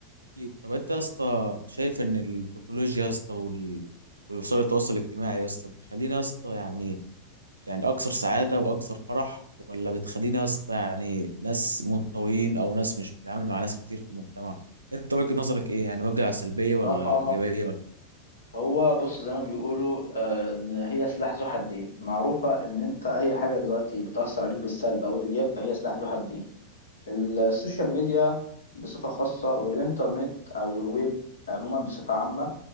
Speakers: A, on the right (about 80°); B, on the left (about 70°).
A: أكيد. طب انت يا اسطى شايف ان التكنولوجيا يا اسطى وال... ووسائل التواصل الاجتماعي يا اسطى بتخلينا يا اسطى يعني يعني اكثر سعاده واكثر فرح ولا بتخلينا يا اسطى يعني ناس منطويين او ناس مش بتتعامل مع ناس كتير في المجتمع انت وجهه نظرك ايه يعني وجهه سلبيه ولا
B: صراحه
A: ايجابيه ولا
B: هو بص زي ما بيقولوا آه، ان هي سلاح ذو حدين معروفه ان انت اي حاجه دلوقتي بتاثر عليك بالسلب او الايجاب فهي سلاح ذو حدين ال- السوشيال ميديا بصفه خاصه والانترنت او الويب عموما بصفه عامه